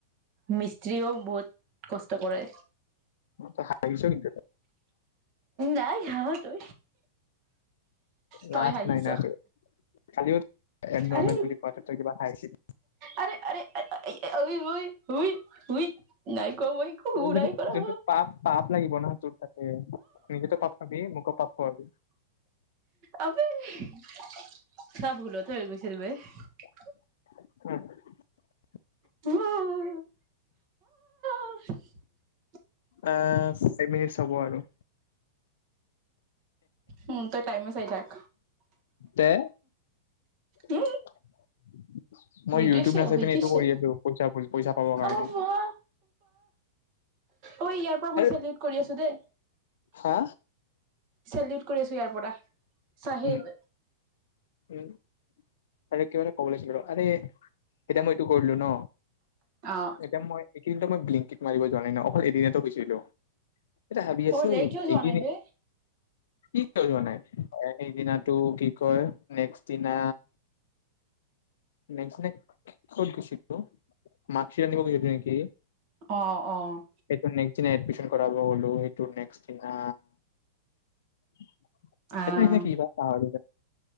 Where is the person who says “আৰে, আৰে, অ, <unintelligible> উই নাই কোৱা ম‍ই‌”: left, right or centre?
Right